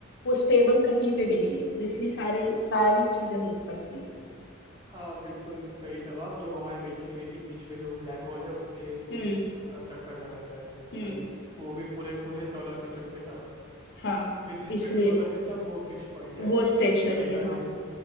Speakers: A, on the left (about 55°); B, on the right (about 20°).
A: वो स्टेबल कहीं पे भी नहीं है तो इसलिए सारे सारी चीजें मूव करती हैं
B: हाँ बिल्कुल सही जवाब जो हमारे मिल्की वे के बीच में जो ब्लैक होल है उसके
A: हम्म,
B: अ, चक्कर लगाता है वो
A: हम्म
B: सन वो भी पूरे पूरे सोलर सिस्टम के साथ
A: हाँ
B: With respect
A: इसलिए
B: to solar system वो फिक्स पॉइंट है
A: वो स्टेशनरी
B: और ऐसा
A: है हाँ
B: देख